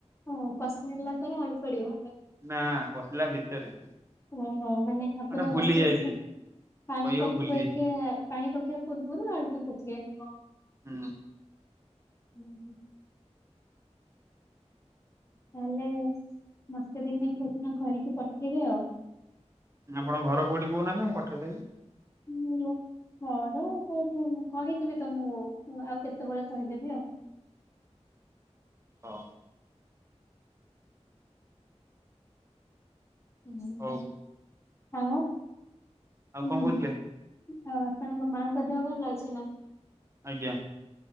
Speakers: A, on the left (about 25°); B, on the right (about 25°).
A: ହଁ କଷା ହେଲା ପରେ ଆଳୁ ପଡିବ
B: ନାଁ କଷିଲା ଭିତରେ।
A: ଓହୋ ମାନେ ପୁରା
B: ଏଟା ଭୁଲି
A: କଷି
B: ଯାଇଥିଲି
A: ଆସେ ପାଣି
B: କହିବାକୁ
A: <unintelligible>
B: ଭୁଲି ଯାଇଥିଲି।
A: ପାଣି ପକେଇବା ପୂର୍ବରୁ ଆଳୁ ଟା ପୋଛିବେ ହଁ
B: ହୁଁ
A: <inaudible> ତାହେଲେ ମତେ ଦିନେ କୋଉ ଦିନ କରିକି ପଠେଇବେ ଆଉ
B: ଆପଣଙ୍କ ଘର କଉଠି କହୁନାହାଁନ୍ତି ମୁଁ ପଠେଇ ଦେବି।
A: ହେଇଲୋ ଘର କୋଉଠି ଆଉ କହିଦେବି ତମକୁ ଆଉ କେତେବେଳେ କହିଦେବି ଆଉ
B: ହଁ
A: ଓହୋଃ!
B: ହଉ
A: ଆଉ,
B: ଆଉ
A: କଣ?
B: କହୁଥିଲେ
A: ଆଉ ଆପଣଙ୍କ ମାଙ୍କ ଦେହ ଭଲ ଅଛି ନାଁ?
B: ଆଜ୍ଞା